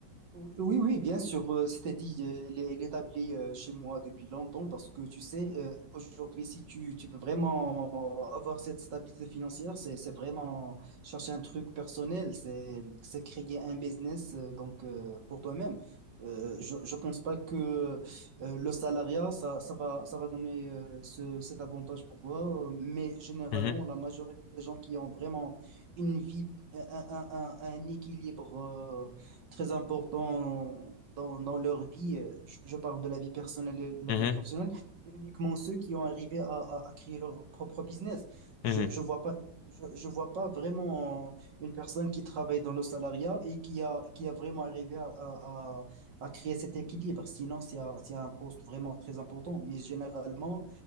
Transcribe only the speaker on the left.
Mhm,
mhm,
mhm,